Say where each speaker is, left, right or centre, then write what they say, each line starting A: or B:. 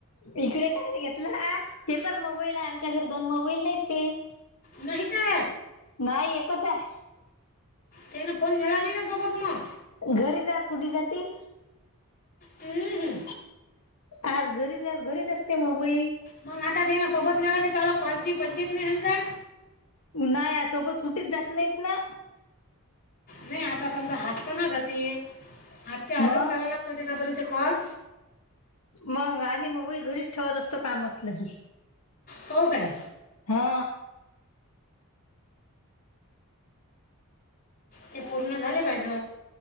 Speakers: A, on the left (about 80°); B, on the left (about 45°).
A: इकडे काय नाही घेतलं एकच मोबाईल आहे आमच्या घर दोन मोबाईल नाहीत काही
B: नाहीह का
A: नाही एकच आहे
B: ते ना फोन नेला नाही का सोबत मग
A: घरी जा कुठे जाती
B: हम्म.
A: आज घरीचज घरीच असते मोबई
B: मग आता त्याना सोबत नेला की त्याला कॉलची पंचित नाहीन का
A: नाही या सोबत कुठेच जात नाहीत ना
B: नाही आता समजा आज तर ना जाते आजच्या आजच
A: मग
B: करा लागतते का बरी कण
A: मग आम्ही मोबाईल घरीच ठेवत असतो कामचलं की
B: हो काय
A: हा
B: ते पूर्ण झाले पाहिजे